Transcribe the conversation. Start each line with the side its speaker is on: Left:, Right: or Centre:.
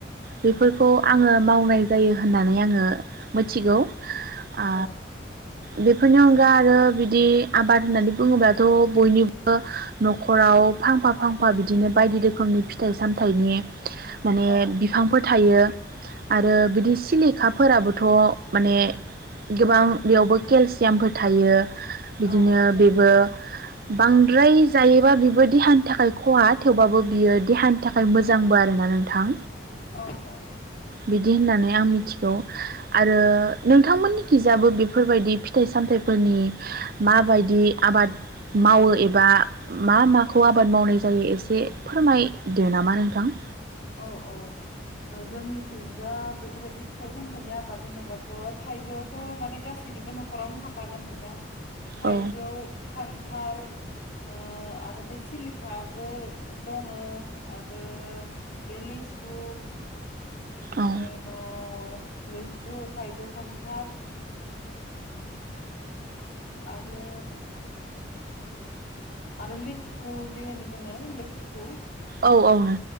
Right: बेफोरखौ
Left: औ
Right: खौ आङो मावनाय जायो होननानै आङो मिथिगौ आ
Left: औ
Right: बेफोरनि अनगा आरो बिदि आबाद होननानै बुङोबाथ' बयनिबो न'खराव फांफा फांफा बिदिनो बायदि रोखोमनि फिथाइ सामथाइनि माने
Left: औ
Right: बिफांफोर थायो आरो बिदि सिलिखाफोराबो' थ' माने गोबां बेयावबो केलसियामफोर थायो बिदिनो
Left: औ
Right: बेबो बांद्राय जायोबा बिबो देहानि थाखाय खहा थेवबाबो बियो देहानि थाखाय मोजांबो आरोना नोंथां
Left: औ औ
Right: बिदि होननानै आं मिथिगौ आरो नोंथांमोननि गिजाबो बेफोरबायदि फिथाइ सामथाइफोरनि माबायदि आबाद मावो एबा मा माखौ आबाद मावनाय जायो एसे फोरमायदो नामा नोंथां
Left: औ औ जोंनिथिजा बेफोरदि फिथाइ सामथायाइनि आबाद होनोबाथ' थाइजौआथ' माने गासैनिबो न'खरावनो थाखागोन नोंथां थाइजौ
Right: औ
Left: खान थाल ओ आरो बे सिलिकाबो दङो आरो बे लेसु बेफ्राय
Right: औ
Left: न लेसु थाइजौ खान्थाल आरो आरो लेथुखु जे होनो जोङो लेुखु
Right: औ औ नो